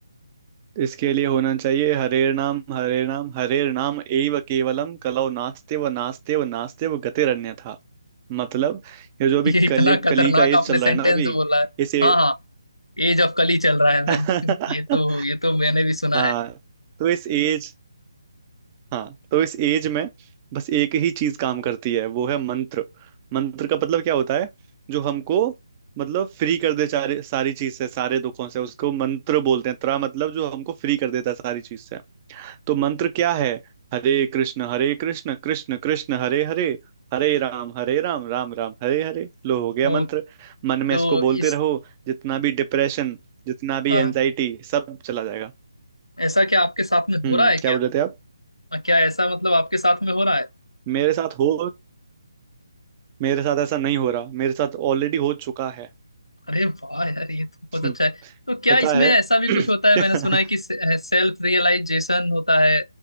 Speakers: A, on the right; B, on the left.
A: इसके लिए होना चाहिए हरे नाम हरे नाम हरे नाम एव केवलम कलौ नास्ते व नास्ते व नास्ते व गतिरन्य था मतलब ये जो भी
B: ये
A: कली
B: इतना खतरनाक
A: कली का एज
B: आपने
A: चल
B: सेंटेंस
A: रहा है ना अभी
B: बोला है
A: इस ए...
B: हाँ हाँ एज ऑफ कली चल रहा है
A: <laughs>
B: मैंने <laughs> ये तो ये तो मैंने भी सुना
A: हाँ
B: है
A: तो इस एज हाँ तो इस एज में बस एक ही चीज काम करती है वो है मंत्र मंत्र का मतलब क्या होता है जो हमको मतलब फ्री कर दे सारे सारी चीज से सारे दुखों से उसको मंत्र बोलते हैं त्रा मतलब जो हमको फ्री कर देता है सारी चीज से तो मंत्र क्या है हरे कृष्ण हरे कृष्ण कृष्ण कृष्ण हरे हरे हरे राम हरे राम राम राम हरे हरे लो हो गया
B: वो
A: मंत्र मन में
B: तो
A: इसको बोलते
B: इस
A: रहो जितना भी डिप्रेशन जितना भी
B: हाँ
A: एंजाइटी सब चला जाएगा
B: ऐसा क्या आपके साथ में हो
A: हम्म
B: रहा है क्या
A: क्या बोल रहे थे आप
B: हाँ, क्या ऐसा मतलब आपके साथ में हो रहा है
A: मेरे साथ हो मेरे साथ ऐसा नहीं हो रहा मेरे साथ ऑलरेडी हो चुका है
B: अरे वाह यार ये तो बहुत
A: हम्म,
B: अच्छा है तो क्या
A: पता
B: इसमें
A: है
B: ऐसा भी
A: <clears throat>
B: कुछ होता है मैंने सुना है कि सेल्फ रियलाइजेशन होता है